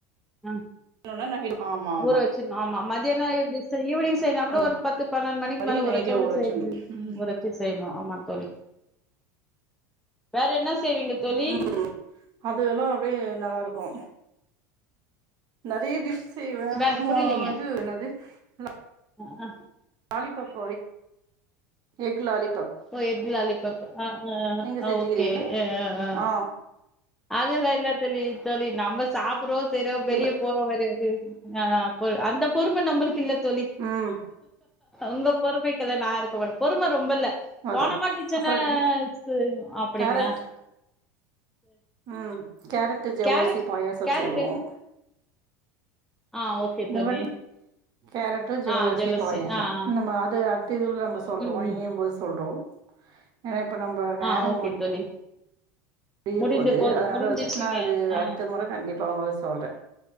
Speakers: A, in the centre; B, on the right.
A: ஹம்
B: செய்யணும்னா நைட் ஆமா ஆமா
A: ஊற வச்சிர ஆமா மதியியான எப்படி சார் ஈவினிங செய் ந கூட
B: அந்த
A: ஒரு பத் பதினெண்டுமணிக்கு
B: மாரி
A: மேல உரச்சு
B: நைட்டே
A: கூட
B: ஊற
A: செய்
B: வச்சிடணு ம்
A: உரவச்சி செய்யணு ஆமா தோழி வேற என்ன செய்வீங்க தோழி
B: உம் அது எல்லா அப்படியே நல்லா இருக்கு நிறய டிஷ் செய்வ
A: வேற
B: மோ
A: புரியலீங்க
B: இது என்னாது <unintelligible>
A: ஆ ஆ.
B: லாலி பப் எக் லாலி
A: ஓ எக்லாலி பப் அஹ்
B: நீங்க செஞ்சுக்கிறீங்களா
A: ஓகே எ அஹ்
B: ஆ
A: அதுலா என்னா தெர்லியே தோழி நம்ம சாப்புடுவோ சேரோ வெளிய
B: எக்
A: போரா வரு தெ ஆஹ் போலு அந்த பொறும நம்பளுக்கு இல்ல தோழி
B: ம்
A: உங்க பொறுமைக்கெல்லா நா இருக்க மாட் பொறும ரொம்பல்ல
B: அதா
A: போனமா கிச்சன
B: அப்றோ
A: ச அப்படிங்ளா
B: கேரட் ம் கேரட்டு ஜவ்வரிசி
A: கேரட்
B: பாயாசம்
A: கேரட்
B: செய்வோம்
A: எடு ஆ ஓகே
B: இந்த
A: தோழி
B: மன் கேரட்டு ஜவ்வருசி
A: ஆ ஜெபஸ்ரீ
B: பாயசம்
A: ஆ ஆ
B: நம்ம அது அத்து இதுல நம்ம சொல்றோ
A: ம்
B: இனியும்
A: ம்
B: போது சொல்றோ அ ப்ப நம்ப நேரம்
A: ஆ ஓகே
B: முடி
A: தோழி
B: பிய
A: முடிந்து
B: போது அதனால
A: முடிஞ்சிச்சுங்க
B: நா அது
A: ஆ
B: அடுத்த மொற கண்டிப்பா உங்களுக் சொல்றே